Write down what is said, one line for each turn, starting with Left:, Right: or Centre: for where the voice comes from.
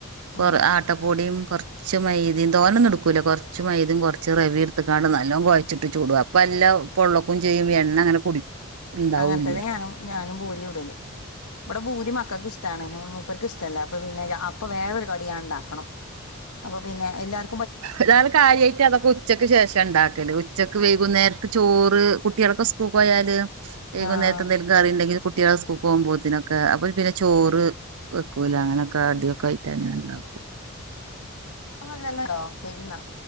Right: കൊറആ
Left: ഉം
Right: ട്ടപ്പൊടിയും കൊർ ച്ച്മൈദി തോനെന്നെടുക്കൂലാ കൊർച്ച് മൈദിം കൊർച്ച് റവേട്ത്ത്ക്കാണ്ട് നല്ലോ കൊയച്ചിട്ടു ചുടു പല്ലൗ പൊള്ളക്കും ചെയ്യും എണ്ണങ്ങനെ കുടി ഉണ്ടാവൂല്ല
Left: അങ്ങൻത്തന്നെ
Right: ആ
Left: ഞാനും ഞാനും ബൂരി ചുടല് ഇബടെ ബൂരി മക്കക്ക് ഇഷ് ഷ്ടാണ് ഉം മൂപ്പർക്ക് ഇഷ്ടല്ല അപ്പൊ പിന്നെ അപ്പൊ വേറൊരു കടി ഞാൻ ഇണ്ടാക്കണം അപ്പൊ പിന്നെ എല്ലാർ
Right: അതാണ് കാര്യായിട്ട് അതൊക്കെ ഉ ഉച്ചക്ക് ശേഷണ്ടാക്കല് ഉച്ചക്ക് വൈകുന്നേര്ക്ക് ചോറ് കുട്ട്യേളൊക്കെ സ്കൂക്കൊയാല് ഏകുനേര്ത്തെന്തേലും
Left: ആഹ്
Right: കറി ഉണ്ടെങ്കിൽ കുട്ടികളെ സ്കൂ കറിയുണ്ടെങ്കി കുട്ടികള് പോകുമ്പോത്തിനൊക്കെ അവരെ പിന്നെ ചോറ് വെക്കൂല്ല അങ്ങനൊക്കെ അടിയൊക്കെയായി ദെങ്ങനെണ്ടാക്കും
Left: വേറെന്നുല്ലല്ലോ ശരി എന്നാ